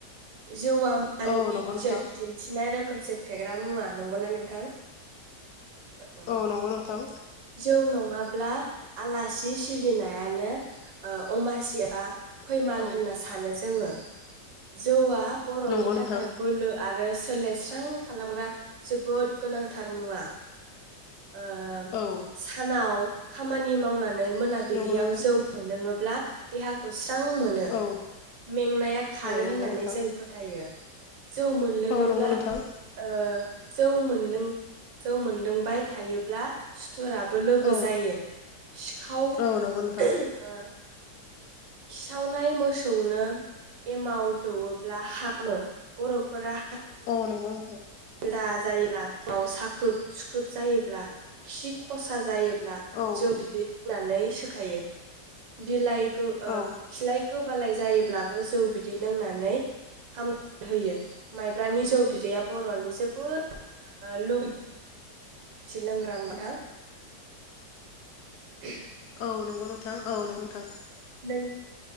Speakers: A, on the right; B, on the left.
A: जौआ मान
B: औ नंगौ
A: इजजोत
B: नोंथां
A: दिन्थिनाय रो खोमसे फेग्रा मुवा नंगौना नोंथां <inaudible>
B: औ नंगौ नोंथां
A: जौ नंङा अब्ला आलासि सिबिनायानो ओ अमासि एबा फैमाल
B: औ
A: होनना सानो जोंङो जौवा बर'नि
B: नंगौ
A: थाखाय
B: नोंथां
A: बोलो आरो सो सोलेर स्रां खालामग्रा जोबोद गोनां थार मुवा ओ म
B: औ
A: सानाव खामानि मावना नै मोनाबिलियाव
B: नंगौ नोंथां
A: जौ मोनलोंङो ब्ला देहाखौ सिब स्रां मोनो
B: औ
A: मेंनाया खारो
B: औ नंगौ
A: होननानै
B: नोंथां
A: जों फोथायो जौ मोनलोङोब्ला
B: औ नंगौ नोंथां
A: ओ जौ मोनलों जौ मोनलोंबाय थायोब्ला सु थुराबो लोगो
B: औ
A: जायो सिखाव ओ-हो
B: औ नंगौ नोंथां
A: ओ खिसावनाय मोसौनो एमाव दौवोब्ला हामो बर'फोरा
B: औ नंगौ नोंथां।
A: जा जायोब्ला उनाव साख्रुब सुख्रुब जायोब्ला खि खरसा जायो ब्ला
B: औ
A: जौ बिदै लोंनानै सोखायो बिलाइ गो ओ
B: औ
A: खिलाइ गोबालाय जायोब्लाबो जौ बिदै लोंनानै हाम होयो। माइब्रानि जौ बिदैया बर'नि जोबोद ओ लुगैथि लोंग्रा मोनथाम उम
B: औ नंगौ नोंथां औ नंगौ नोंथां।
A: नों ओ